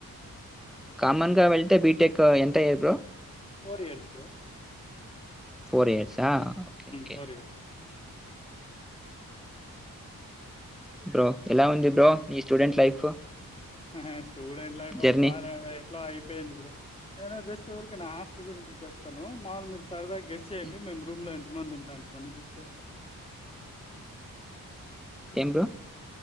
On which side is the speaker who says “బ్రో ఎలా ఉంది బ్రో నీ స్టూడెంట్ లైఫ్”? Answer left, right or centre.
Centre